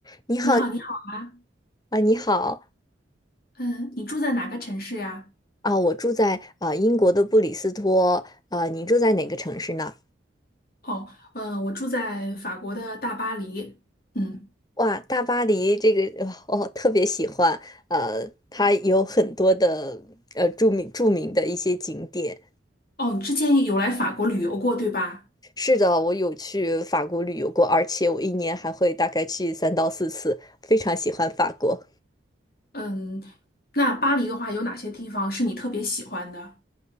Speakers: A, on the left; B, on the left.
A: 你好
B: 你好，你好啊，
A: 啊，你好
B: 嗯，你住在哪个城市呀？
A: 啊，我住在啊英国的布里斯托，啊，你住在哪个城市呢？
B: 哦，嗯，我住在法国的大巴黎。嗯，
A: 哇，大巴黎这个我哦，我特别喜欢，呃，它有很多的呃著名著名的一些景点。
B: 哦，你之前有来法国旅游过，对吧？
A: 是的，我有去法国旅游过，而且我一年还会大概去三到四次，非常喜欢法国。
B: 嗯，那巴黎的话，有哪些地方是你特别喜欢的？